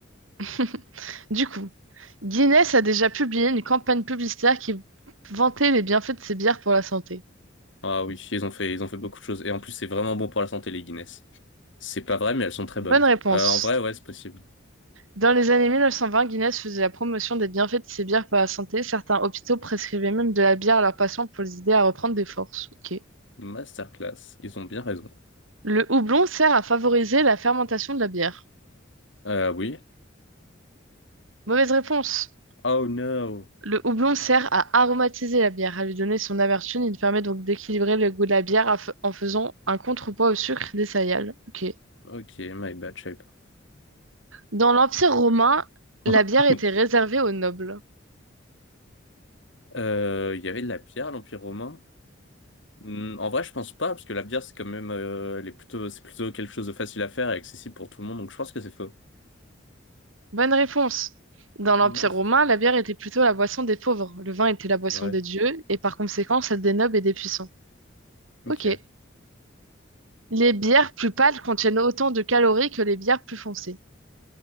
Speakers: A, on the right; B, on the left.
A: <laughs> Du coup, Guinness a déjà publié une campagne publicitaire qui vantait les bienfaits de ses bières pour la santé.
B: Ah oui, ils ont fait, ils ont fait beaucoup de choses. Et en plus c'est vraiment bon pour la santé les Guinness. C'est pas vrai mais elles sont très bonnes.
A: Bonne réponse.
B: Euh, en vrai ouais c'est possible.
A: Dans les années 1920, Guinness faisait la promotion des bienfaits de ses bières pour la santé. Certains hôpitaux prescrivaient même de la bière à leurs patients pour les aider à reprendre des forces. Ok.
B: Masterclass, ils ont bien raison.
A: Le houblon sert à favoriser la fermentation de la bière.
B: Euh, oui.
A: Mauvaise réponse.
B: Oh no.
A: Le houblon sert à aromatiser la bière, à lui donner son amertume. Il permet donc d'équilibrer le goût de la bière af- en faisant un contrepoids au sucre des céréales. Ok.
B: Ok, my bad, je savais pas.
A: Dans l'Empire romain, la bière
B: <laughs>
A: était réservée aux nobles.
B: Euh, Il y avait de la bière à l'Empire romain. Hmm, en vrai, je pense pas, parce que la bière, c'est quand même euh, elle est plutôt, c'est plutôt quelque chose de facile à faire et accessible pour tout le monde, donc je pense que c'est faux.
A: Bonne réponse. Dans l'Empire
B: Mast.
A: romain, la bière était plutôt la boisson des pauvres. Le vin était la boisson
B: Ouais,
A: des dieux et par conséquent celle des nobles et des puissants.
B: ok.
A: Ok. Les bières plus pâles contiennent autant de calories que les bières plus foncées.